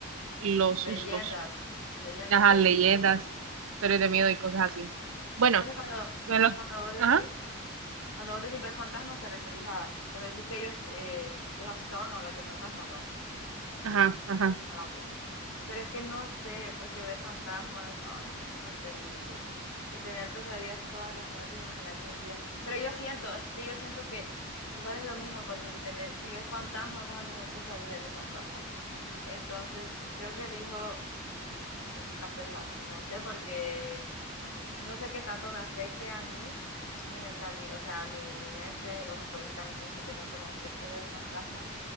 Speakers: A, on the right; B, on the left.
A: los
B: Leyendas,
A: sustos,
B: leyendas
A: ajá,
B: y
A: leyendas,
B: eso.
A: historias de miedo y cosas así. Bueno,
B: Entonces cuando,
A: Bueno,
B: cuando
A: ajá,
B: vos decís Cuando vos decís ver fantasmas, te referís a cuando decís que ellos eh, los asustaban a hablar de fantasmas, ¿va?
A: ajá, ajá,
B: Ah, ok. Pero es que no sé, porque ver fantasmas, ay, no, eso es terrible. Y tener pesadillas todas las noches, imagínate un día. Pero yo siento, es que yo siento que igual es lo mismo, porque si tener si ves fantasmas, vas a tener pesadillas de fantasmas. Entonces, creo que elijo, ay, no sé, las pesadillas, no sé, porque no sé qué tanto me afecte a mí, mi mentalidad, o sea, mi, mi mente o psicológicamente no sé qué tanto me afecte ver fantasmas.